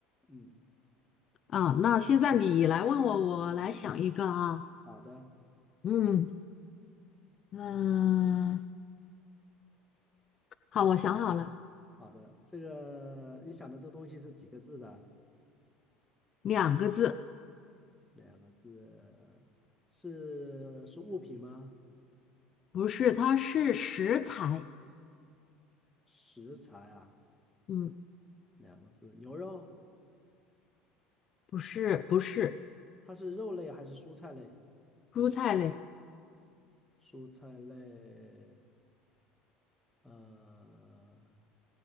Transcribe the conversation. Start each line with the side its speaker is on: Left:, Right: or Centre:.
Centre: 嗯，
Left: 啊，那现在你来问我，
Centre: 嗯
Left: 我来想一个啊。
Centre: 好的，
Left: 嗯嗯，好，我想好了，
Centre: 嗯好的，这个你想的这个东西是几个字的？
Left: 两个字，
Centre: 两个字是是物品吗？
Left: 不是，它是食材。
Centre: 食材啊，
Left: 嗯，
Centre: 两个字。牛肉，
Left: 不是，不是
Centre: 它是肉类还是蔬菜类？
Left: 蔬菜类，
Centre: 蔬菜类，呃，